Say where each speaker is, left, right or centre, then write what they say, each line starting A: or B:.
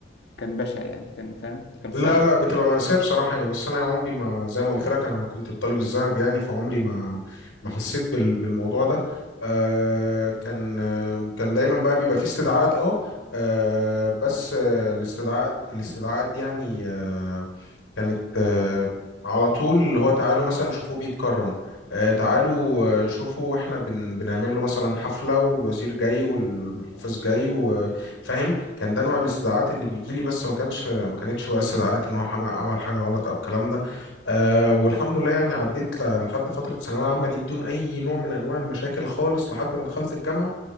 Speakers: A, on the left; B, on the left.
A: كان بشع يعني كان فاهم كان
B: لا
A: صعب
B: لا بتبقى مأساة بصراحة يعني بس أنا عمري ما زي ما قلت لك أنا كنت الطالب الذهب يعني فعمري ما ما حسيت بال بالموضوع ده آه كان آه كان دايما بقى بيبقى فيه استدعاءات أه آه، بس آه الاستدعاء الاستدعاءات دي يعني آه كانت آه، على طول اللي هو تعالوا مثلا شوفوه بيتكرم آه، تعالوا آه، شوفوا واحنا بن بنعمل له مثلا حفلة والوزير جاي والمحافظ جاي وفاهم كان ده نوع الاستدعاءات اللي بيجي لي بس ما كانش ما كانتش بقى استدعاءات ان هو حما- عمل حاجة غلط او الكلام ده آه،
A: مم.
B: والحمد لله يعني عديت ل- لحد فترة ثانوية عامة دي بدون اي نوع من انواع المشاكل خالص لحد ما دخلت الجامعة